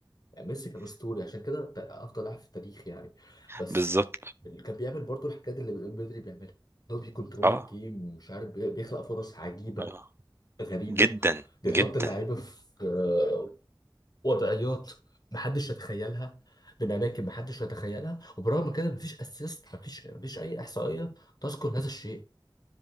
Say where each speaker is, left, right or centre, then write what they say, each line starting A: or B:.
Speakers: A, on the left; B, on the right.
A: يعني ميسي كان اسطوري عشان كده ت- افضل لاعب في التاريخ يعني بس
B: بالظبط
A: اللي كان بيعمل برضه الحاجات اللي بدري بيعملها ان هو بيكنترول
B: اه
A: الجيم مش عارف بي- بيخلق فرص عجيبه
B: اه
A: غريبه
B: جدا
A: بيحط
B: جدا
A: اللعيبه في آه، وضعيات محدش يتخيلها من اماكن محدش يتخيلها وبرغم كده مفيش اسيست مفيش مفيش اي احصائيه تذكر هذا الشيء